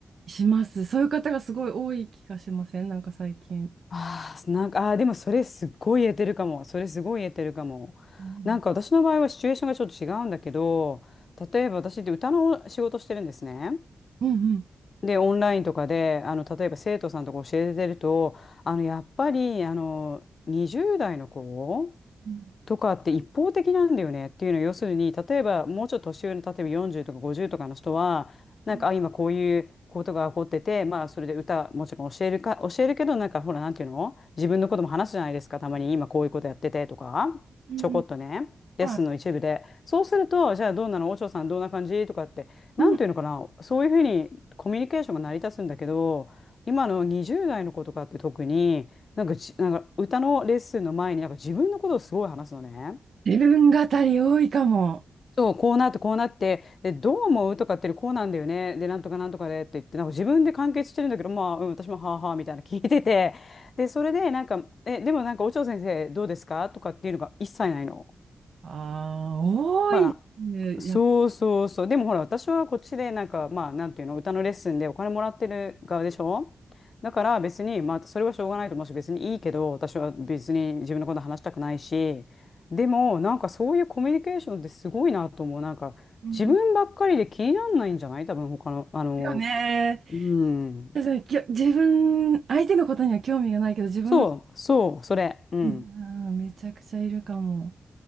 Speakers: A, on the right; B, on the left.
A: します。そういう方がすごい多い気がしませんなんか最近。
B: ああ、なんか、あーでもそれすっごい言えてるかも。それすごい言えてるかも。
A: うん
B: なんか私の場合はシチュエーションがちょっと違うんだけど、例えば私って歌の仕事してるんですね。
A: うんうん。
B: で、オンラインとかで、あの、例えば生徒さんとか教えてると、あの、やっぱり、あの、20代の子
A: うん
B: とかって一方的なんだよねっていうのは要するに例えばもうちょっと年上の例えば40とか50とかの人はなんかあ今こういうことが起こっててまあそれで歌もちろん教えるか教えるけどなんかほらなんていうの自分のことも話すじゃないですかたまに今こういうことやっててとかちょこっとねレッスンの一部でそうするとじゃあどうなのお嬢さんどんな感じとかってなんていうのかなそういうふうにコミュニケーションが成り立つんだけど今の20代の子とかって特に。
A: うんうんうんはい。うん。
B: なんかじ、なんか歌のレッスンの前になんか自分のことをすごい話すのね。
A: 自分語り多いかも。
B: そう、こうなってこうなって、で、どう思うとかってこうなんだよね。で、なんとかなんとかでって言って、なんか自分で完結してるんだけど、まあ、うん、私もはあはあみたいな聞いてて、で、それでなんか、え、でもなんか、お嬢先生どうですかとかっていうのが一切ないの。
A: ああ、多いね。
B: まあ、そうそうそう。
A: やっぱ
B: でもほら、私はこっちで、なんか、まあ、なんていうの、歌のレッスンでお金もらってる側でしょだから別に、まあ、それはしょうがないと思うし、別にいいけど、私は別に自分のこと話したくないし、でも、なんかそういうコミュニケーションってすごいなと思う。なんか、
A: うんうん
B: 自分ばっかりで気にならないんじゃない多分、他の、あの、
A: よね。
B: うん。
A: そうきょ自分、相手のことには興味がないけど、自分の、
B: そう、そう、それ。うん。
A: うんうんめちゃくちゃいるかも。